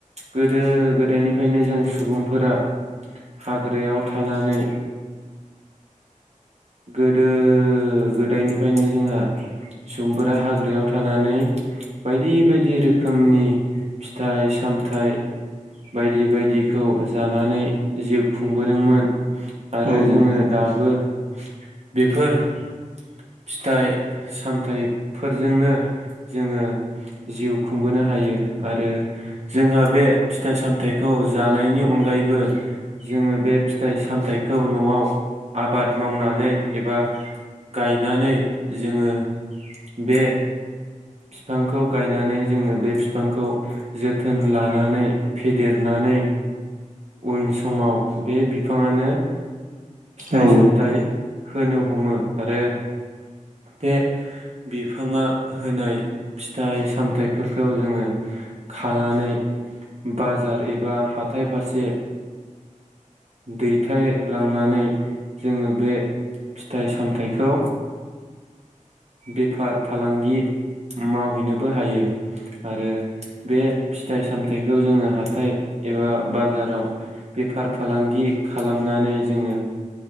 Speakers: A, on the right (about 55°); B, on the right (about 80°).
A: गोदो गोद गोदायनिफ्रायनो जों सुबुंफोरा हाग्रायाव थानानै गोदो गोदायनिफ्रायनो जोंहा सुबुंफोरा हाग्रायाव थानानै बायदि बायदि रोखोमनि फिथाइ सामथाइ बायदि बायदिखौ जानानै जिउ खुंबोदोंमोन। आरो
B: औ
A: जोङो
B: नोंथां
A: दाबो बेफोर फिथाइ सामथाइफोरजोंनो जोङो जिउ खुंबोनो हायो आरो जोंहा बे फिथाइ सामथाइखौ जानायनि अनगायैबो जोङो बे फिथाइ सामथाइखौ न'आव आबाद मावनानै एबा गायनानै जोङो बे फिफांखौ गायनानै जोङो बे फिफांखौ जोथोन लानानै फेदेरनानै उन समाव बे बिफाङानो फिथाइ
B: औ
A: सामथाइ होनो हमो। आरो बे बिफाङा होनाय फिथाइ सामथाइफोरखौ जोङो खानानै बाजार एबा हाथाय फारसे दैथायलांनानै जोङो बे फिथाइ सामथाइखौ बेफार फालांगि मावहैनोबो हायो आरो बे फिथाइ सामथायाइखौ जोङो हाथाय एबा बाजाराव बेफार फालांगि खालामनानै जोङो